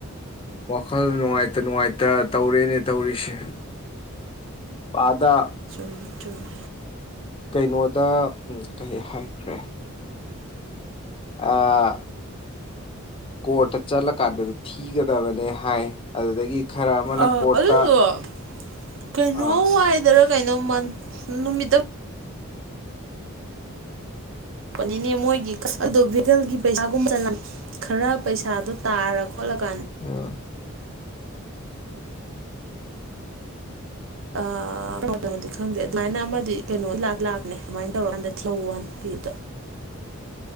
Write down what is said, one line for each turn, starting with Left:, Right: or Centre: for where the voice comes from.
Left: ꯋꯥꯈꯜ ꯅꯨꯡꯉꯥꯏꯇ ꯅꯨꯡꯉꯥꯏꯇ ꯇꯧꯔꯦꯅꯦ ꯇꯧꯔꯤꯁꯦ ꯑꯥꯗ
Right: ꯆꯨꯝ ꯆꯨꯝꯃꯦ
Left: ꯀꯩꯅꯣꯗ ꯎ ꯀꯩ ꯍꯥꯏꯈ꯭ꯔꯦ ꯑ ꯀꯣꯔꯠꯇ ꯆꯠꯂꯀꯥꯟꯗꯗꯤ ꯊꯤꯒꯗꯕꯅꯦ ꯍꯥꯏ ꯑꯗꯨꯗꯒꯤ ꯈꯔ ꯑꯃꯅ
Right: ꯑ
Left: ꯀꯣꯔꯠꯇ
Right: ꯑꯗꯨꯣ ꯀꯩꯅꯣ
Left: ꯑꯥ
Right: ꯍꯥꯏꯗꯔ ꯀꯩꯅꯣ ꯃꯟ ꯅꯨꯃꯤꯠꯇ ꯂꯥꯄꯅꯤꯅꯦ ꯃꯣꯏꯒꯤ ꯑꯗꯣ ꯚꯦꯀꯜꯒꯤ ꯄꯩꯁꯥꯒꯨꯝ ꯈꯔ ꯄꯩꯁꯥꯗꯣ ꯇꯥꯔ ꯈꯣꯠꯂꯀꯥꯟꯗ
Left: ꯑꯥ
Right: ꯑꯥ ꯇꯃꯣꯗꯤ ꯈꯪꯗꯦ ꯑꯗꯨꯃꯥꯏꯅ ꯑꯃꯗꯤ ꯀꯩꯅꯣ ꯂ ꯂꯥꯛꯅꯦ ꯑꯗꯨꯃꯥꯏꯅ ꯇꯧꯔꯀꯥꯟꯗ ꯂꯧꯍꯟꯕꯤꯗꯨꯗ